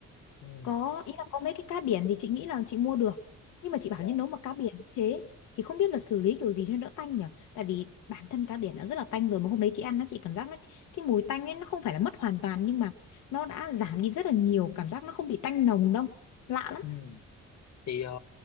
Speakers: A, on the left (about 60°); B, on the left (about 80°).
A: ừ
B: có ý là có mấy cái cá biển thì chị nghĩ là chị mua được nhưng mà chị bảo
A: dạ
B: nhân nấu mà cá biển như thế thì không biết là xử lý kiểu gì cho nó đỡ tanh nhỉ tại vì bản thân cá biển đã rất là tanh rồi mà hôm đấy chị ăn nó chị cảm giác nó cái mùi tanh ấy nó không phải là mất hoàn toàn nhưng mà nó đã giảm đi rất là nhiều cảm giác nó không bị tanh nồng đâu lạ lắm
A: ừ thì ờ,